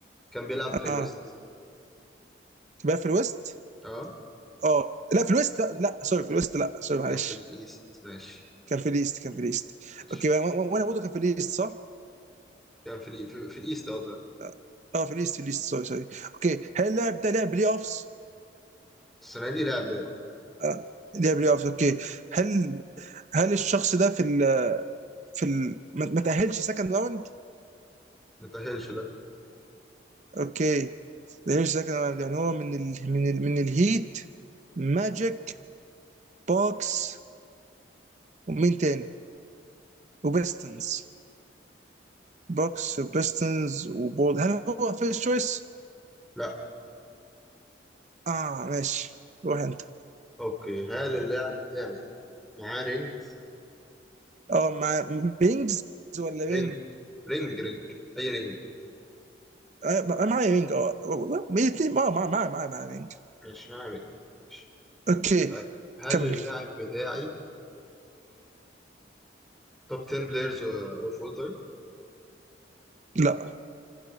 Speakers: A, in the centre; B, on the right (about 40°).
A: كان بيلعب
B: اه
A: في الويست
B: بيلعب في الويست
A: اه
B: اه لا في الويست لا, لا. سوري في الويست لا سوري معلش
A: كان في الايست ماشي
B: كان في ليست كان في ليست
A: ماشي
B: اوكي و- و- وانا برضه كان في ليست صح؟
A: كان في الإي- في, في الايست اه دلوقتي
B: اه آه، في ليست في ليست سوري سوري اوكي هل اللاعب ده لعب بلاي اوفس؟
A: السنه دي لعب بقى
B: آه لعب بلاي اوفس اوكي هل هل الشخص ده في ال في ال ما ما تأهلش سكند راوند؟
A: متأهلش لا
B: اوكي ما تأهلش سكند راوند يعني هو من ال من ال من الهيت ماجيك بوكس ومين تاني؟ وبيستنز بوكس وبيستنز وبول هل هو فيرست تشويس؟
A: لا
B: اه ماشي روح انت
A: اوكي هل اللاعب بتاعي معاه رينج
B: اه مع بينجز ولا بينج؟
A: رينج رينج رينج اي رينج
B: آه، معايا وينج اه الاثنين اه معايا معايا معايا معايا وينج
A: مش معاه رينج ماشي.
B: اوكي
A: طيب هل
B: كمل
A: اللاعب بتاعي توب 10 بلايرز اوف اول تايم
B: لا